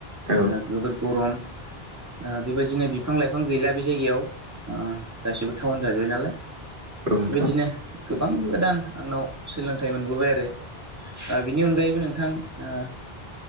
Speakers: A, on the right; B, on the right.
A: औ
B: ओ जोबोर गरम। ओ बेबायदिनो बिफां लाइफां गैला बे जायगायाव ओ गासिबो टाउन जाजोब्बाय नालाय।
A: नोंथां
B: बेबायदिनो
A: औ
B: गोबां गोदान आंनाव सोलोंथाइ मोनबोबाय आरो। दे बिनि अनगायैबो नोंथां ओ।